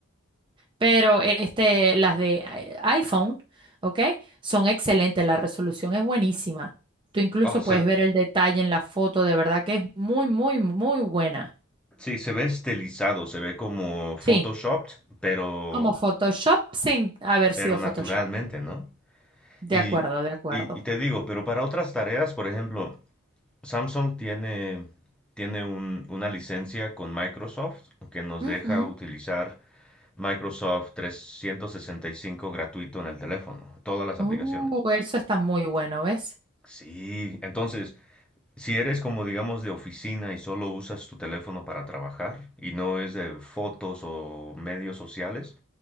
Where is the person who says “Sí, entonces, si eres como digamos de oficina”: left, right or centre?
Centre